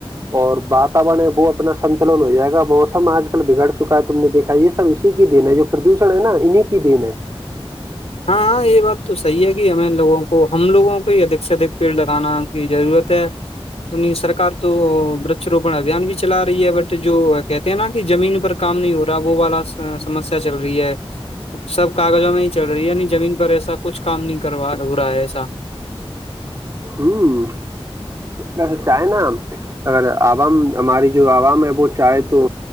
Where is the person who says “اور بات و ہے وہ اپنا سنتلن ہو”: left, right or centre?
Right